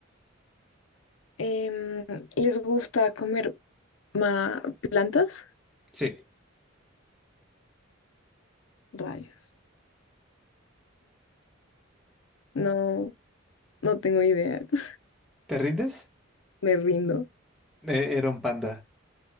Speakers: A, on the left; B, in the centre.
A: Em, ¿les gusta comer ma- plantas?
B: Sí.
A: Rayos. No, no tengo idea. <laughs>
B: ¿Te rindes?
A: Me rindo.
B: Eh, era un panda.